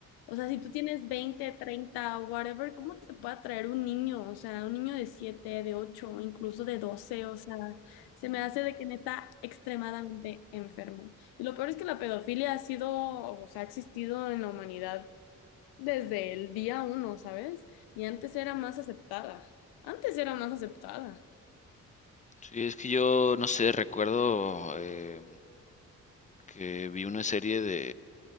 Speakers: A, on the left (about 80°); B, on the left (about 20°).
A: O sea, si tú tienes 20, 30, whatever, ¿cómo te puede atraer un niño? O sea, un niño de 7, de 8, incluso de 12. O sea, se me hace de que neta extremadamente enfermo. Y lo peor es que la pedofilia ha sido, o sea, ha existido en la humanidad desde el día uno, ¿sabes? Y antes era más aceptada. Antes era más aceptada.
B: Sí, es que yo, no sé, recuerdo eh, que vi una serie de,